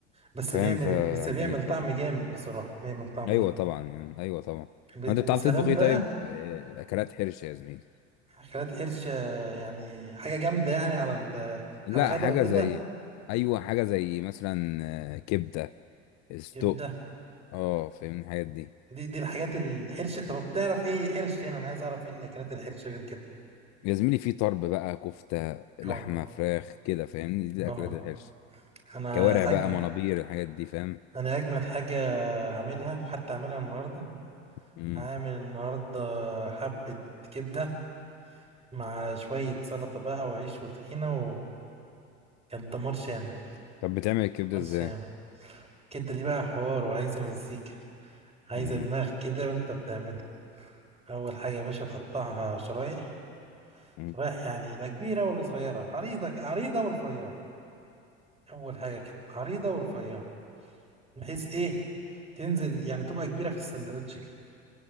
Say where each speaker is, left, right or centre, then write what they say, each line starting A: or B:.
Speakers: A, on the right; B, on the left.
A: بس
B: فاهم
A: بيعمل
B: فعجنت
A: بس بيعمل طعم
B: بقى
A: جامد بصراحة بيعمل طعم
B: ايوه
A: جامد
B: طبعا يعني ايوه طبعا
A: وب-
B: انت
A: وبسلام
B: بتعرف تطبخ ايه
A: بقى
B: طيب آه، اكلات حرش يا زميلي
A: أكلات حرش آه، يعني حاجة جامدة يعني على ال-
B: لا
A: على الغدا
B: حاجه
A: وكده
B: زي ايوه حاجه زي مثلا آه، كبده استق
A: كبدة
B: اه فاهمني الحاجات دي
A: دي دي الحاجات الحرشة طب بتعرف إيه حرش يعني أنا عايز أعرف إيه الأكلات الحرشة غير كده
B: يا زميلي في طرب بقى كفته لحمه
A: أه
B: فراخ كده فاهمني دي
A: أه
B: اكلات الحرش
A: أنا
B: كوارع بقى
A: أجمد
B: منابير الحاجات دي فاهم
A: أنا أجمد حاجة أعملها حتى أعملها النهاردة
B: امم
A: هعمل النهاردة حبة كبدة مع شوية سلطة بقى وعيش وطحينة وكان دمار شامل
B: طب بتعمل الكبده
A: دمار
B: ازاي
A: شامل الكبدة دي بقى حوار وعايزة مزيكا عايزة
B: امم
A: دماغ كده وأنت بتعملها اول حاجه يا باشا تقطعها شرايح
B: أمم.
A: شرايح يعني لا كبيره ولا صغيره عريضه عريضه ورفيعه اول حاجه كده عريضه ورفيعه بحيث ايه تنزل يعني تبقى كبيره في السندوتش كده